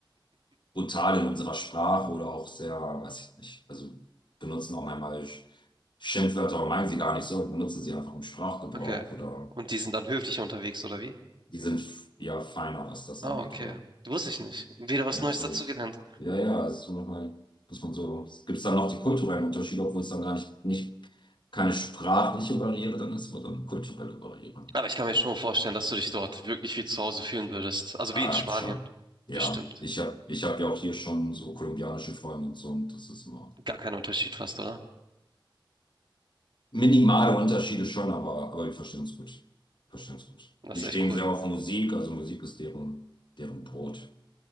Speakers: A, on the left; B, on the right.
A: brutal in unserer Sprache oder auch sehr, weiß ich nicht, also benutzen auch manchmal Sch- Schimpfwörter, aber meinen sie gar nicht so, benutzen sie einfach im Sprachgebrauch
B: okay.
A: oder
B: Und die sind dann höflicher unterwegs, oder wie?
A: die sind f- ja feiner, was das
B: Ah,
A: angeht,
B: okay.
A: oder?
B: Wusste ich nicht. Wieder was
A: Ja,
B: Neues
A: sind,
B: dazugelernt.
A: ja, ja, es ist so manchmal, muss man so, es gibt dann noch die kulturellen Unterschiede, obwohl es dann gar nicht, nicht keine sprachliche Barriere dann ist, aber dann kulturelle Barriere. ne?
B: Aber ich kann mir schon vorstellen, dass du dich dort wirklich wie zu Hause fühlen würdest. Also
A: Ah,
B: wie in Spanien.
A: schon. Ja,
B: Bestimmt.
A: ich habe ich hab ja auch hier schon so kolumbianische Freunde und so und das ist immer
B: Gar kein Unterschied fast, oder?
A: minimale Unterschiede schon, aber, aber wir verstehen uns gut. Verstehen uns gut.
B: Das
A: Die
B: ist
A: stehen
B: echt cool.
A: sehr auf Musik, also Musik ist deren, deren Brot,